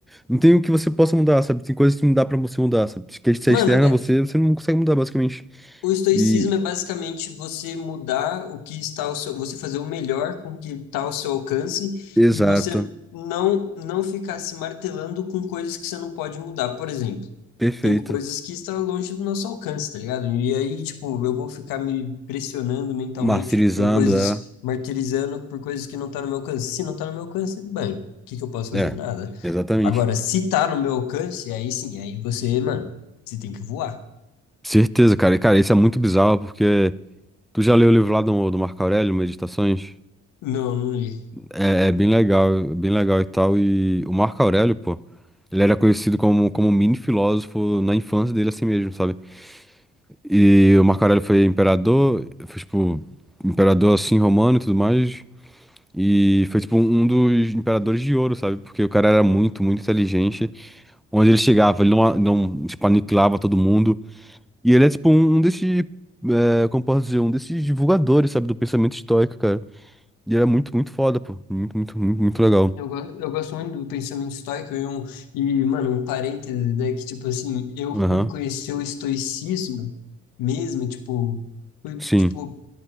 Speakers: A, in the centre; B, on the left (about 75°).
A: Não tem o que você possa mudar, sabe? Tem coisas que não dá pra você mudar, sabe? que se
B: Mano,
A: é externa
B: é,
A: a você, você não consegue mudar, basicamente.
B: o estoicismo
A: E.
B: é basicamente você mudar o que está ao seu, você fazer o melhor com o que está ao seu alcance
A: Exato.
B: e você não, não ficar se martelando com coisas que você não pode mudar. Por exemplo,
A: Perfeito.
B: Tem coisas que estão longe do nosso alcance, tá ligado? E aí, tipo, eu vou ficar me pressionando mentalmente
A: Martirizando,
B: por coisas,
A: é.
B: martirizando por coisas que não tá no meu alcance. Se não tá no meu alcance, bem, o que que eu posso fazer?
A: É,
B: Nada.
A: exatamente.
B: Agora, se tá no meu alcance, aí sim, aí você, mano, você tem que voar.
A: Certeza, cara. E, cara, isso é muito bizarro, porque. Tu já leu o livro lá do, do Marco Aurélio, Meditações?
B: Não, não li.
A: É, é bem legal, bem legal e tal. E o Marco Aurélio, pô, ele era conhecido como, como mini filósofo na infância dele, assim mesmo, sabe? E o Marco Aurélio foi imperador, foi tipo, imperador assim romano e tudo mais. E foi tipo um dos imperadores de ouro, sabe? Porque o cara era muito, muito inteligente. Onde ele chegava, ele não, não tipo, aniquilava todo mundo. E ele é tipo um, um desses, é, como posso dizer, um desses divulgadores, sabe? Do pensamento estoico, cara. E ele era muito, muito foda, pô. Muito, muito, muito, muito legal.
B: Eu, go- eu gosto muito do pensamento estoico e, um, e, mano, um parêntese, né, que, tipo assim, eu
A: Aham.
B: fui conhecer o estoicismo mesmo, tipo, fui,
A: Sim.
B: tipo,